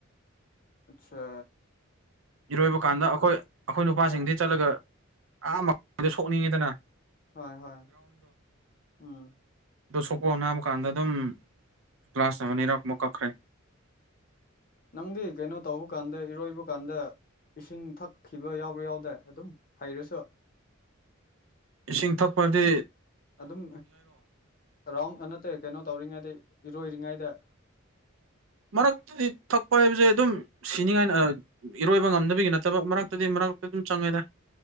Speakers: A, on the left (about 45°); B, on the right (about 70°).
A: ꯑꯆꯥ
B: ꯏꯔꯣꯏꯕ ꯀꯥꯟꯗ ꯑꯩꯈꯣꯏ ꯑꯩꯈꯣꯏ ꯅꯨꯄꯥꯁꯤꯡꯗꯤ
A: ꯍꯣꯏ
B: ꯆꯠꯂꯒ ꯑꯥꯗ ꯁꯣꯛꯅꯤꯡꯉꯤꯗꯅ
A: ꯍꯣꯏ ꯍꯣꯏ ꯎꯝ
B: ꯑꯣ ꯁꯣꯛꯄꯣ ꯅꯥꯕ ꯀꯥꯟꯗ ꯑꯗꯨꯝ ꯀ꯭ꯂꯒꯥꯁ ꯑꯃ ꯑꯅꯤꯔꯛꯃꯨꯛ ꯀꯛꯈ꯭ꯔꯦ
A: ꯅꯪꯗꯤ ꯀꯩꯅꯣ ꯇꯧꯕ ꯀꯥꯟꯗ ꯏꯔꯣꯏꯕ ꯀꯥꯟꯗ ꯏꯁꯤꯡ ꯊꯛꯈꯤꯕ ꯌꯥꯎꯕ꯭ꯔꯥ ꯌꯥꯎꯗꯦ ꯑꯗꯨꯝ ꯍꯩꯔꯁꯨ
B: ꯏꯁꯤꯡ ꯊꯛꯄꯗꯤ
A: ꯑꯗꯨꯝ ꯔꯥꯎ ꯅꯠꯇ ꯀꯩꯅꯣ ꯇꯧꯔꯤꯉꯩꯗ ꯏꯔꯣꯏꯔꯤꯉꯩꯗ
B: ꯃꯔꯛꯇꯗꯤ ꯊꯛꯄ ꯍꯥꯏꯕꯁꯦ ꯑꯗꯨꯝ ꯁꯤꯅꯤꯉꯥꯏ ꯏꯔꯣꯏꯕ ꯉꯝꯗꯕꯒꯤ ꯅꯠꯇꯕ ꯃꯔꯛꯇꯗꯤ ꯃꯔꯛ ꯑꯗꯨꯝ ꯆꯪꯉꯦꯗ